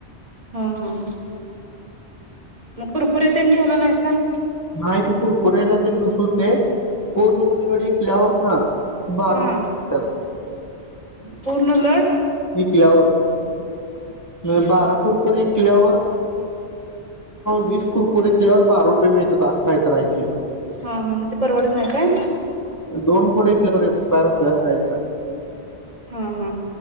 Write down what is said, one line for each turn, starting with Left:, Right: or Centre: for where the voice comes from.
Right: ह ह! मग कुरकुरे तेन ठेवला नाहीस त
Left: नाही ते कुरकुरेला तेन कसं होतय <unintelligible> बारा
Right: हा
Left: रुप <unintelligible> विकत्यात.
Right: पूर्ण लोड
Left: कल्यावर नाय बारा कुरकुरे विकल्यावर वीस कुरकुरी विकल्यावर बारा रुपये मिळतात अस काय तर हाय ते
Right: हा हा मग ते परवडत नाही काय
Left: दोन पुढे <unintelligible>
Right: हा हा